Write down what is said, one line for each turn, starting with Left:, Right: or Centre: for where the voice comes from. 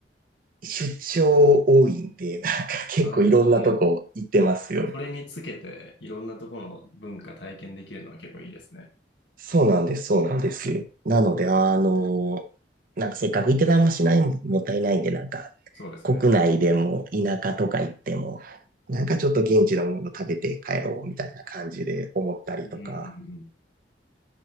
Right: 出張多いんで、なんか結構いろんなとこ行ってますよ。
Left: なるほど。まあ、それにつけて、いろんなところの文化体験できるのは結構いいですね。
Right: そうなんです、そうなんです。なので、あの、なんかせっかく行ってたんもしないもったいないんで、なんか
Left: そうですね。
Right: 国内でも田舎とか行っても、なんかちょっと現地のもの食べて帰ろうみたいな感じで思ったりとか、
Left: うん